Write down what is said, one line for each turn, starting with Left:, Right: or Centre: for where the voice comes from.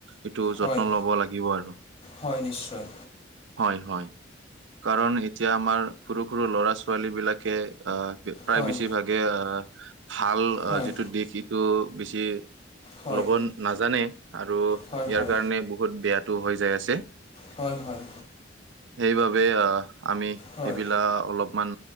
Right: এইটো যত্ন
Left: হয়
Right: লব লাগিব আৰু
Left: হয় নিশ্চয়
Right: হয় হয় কাৰণ এতিয়া আমাৰ সৰু সৰু ল'ৰা ছোৱালী বিলাকে আহ প্ৰায়
Left: হয়
Right: বেছিভাগে আহ ভাল
Left: হয়
Right: যিটো দিশ সটো বেছি
Left: হয়
Right: ল'ব নাজানে আৰু
Left: হয়
Right: ইয়াৰ
Left: হয়
Right: কাৰণে বহুত বেয়াটো হৈ যাই আছে
Left: হয় হয়
Right: সেইবাবে আমি
Left: হয়
Right: সেইবিলাক অলপমান